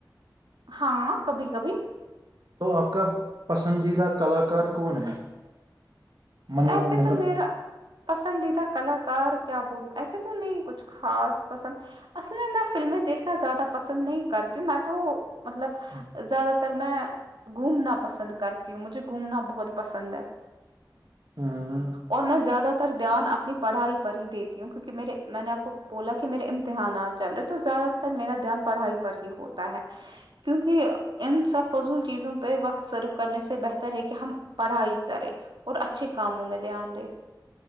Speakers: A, on the right; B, on the right.
A: ہاں کبھی کبھی
B: تو آپ کا پسندیدہ کلاکار کون ہے من
A: ایسے
B: مطلب
A: تو میرا پسندیدہ کلاکار کیا بول ایسے تو نہیں کچھ خاص پسند اصل میں میں فلمیں دیکھنا زیادہ پسند نہیں کرتی ہوں میں تو مطلب
B: ہوں
A: زیادہ تر میں گھومنا پسند کرتی ہوں مجھے گھومنا بہت پسند ہے
B: ہاں
A: اور میں زیادہ تر دھیان اپنی پڑھائی پر ہی دیتی ہوں کیونکہ میرے میں نے آپ کو بولا کہ میرے امتحانات چل رہے تو زیادہ میرا دھیان پڑھائی پر ہی ہوتا ہے کیونکہ ان سب فضول چیزوں پہ وقت سرو کرنے سے بہتر ہے کہ ہم پڑھائی کرے اور اچھے کاموں میں دھیان دے